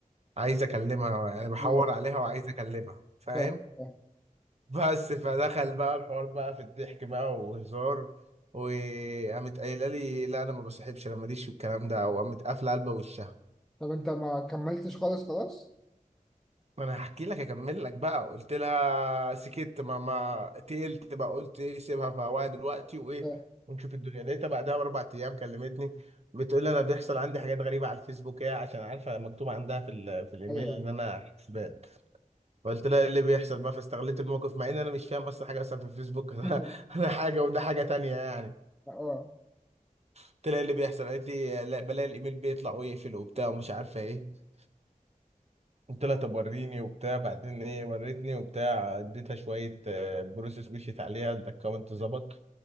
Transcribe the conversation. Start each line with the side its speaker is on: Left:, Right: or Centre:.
Right: عايز اكلمها يعني بحور
Centre: ايوه
Right: عليها وعايز اكلمها فاهم
Centre: فاهم فاهم
Right: بس فدخل بقى الحوار بقى في الضحك بقى وهزار وقامت قايله لي لا انا ما بصاحبش انا ماليش في الكلام ده وقامت قافله قلب وشها
Centre: طب انت ما كملتش خالص خلاص
Right: ما انا هحكي لك اكمل لك بقى قلت لها سكت ما ما تقلت بقى قلت ايه سيبها في هواها دلوقتي وايه
Centre: فاهم
Right: ونشوف الدنيا لقيتها بعدها باربع ايام كلمتني بتقول لي انا بيحصل عندي حاجات غريبه على الفيسبوك هي عشان عارفه مكتوب عندها في ال- في الايميل
Centre: ايوه أيوة.
Right: ان انا حسبان فقلت لها ايه اللي بيحصل بقى فاستغليت الموقف مع ان انا مش فاهم اصلا حاجه اصلا في الفيسبوك <laughs> انا
Centre: <laughs>
Right: أنا حاجه وده حاجه تانية يعني
Centre: اه
Right: قلت لها ايه اللي بيحصل قالت لي لا بلاقي الايميل بيطلع ويقفل وبتاع ومش عارفه ايه قلت لها طب وريني وبتاع بعدين ايه وريتني وبتاع اديتها شويه آه، بروسيس مشيت عليها الاكونت ظبط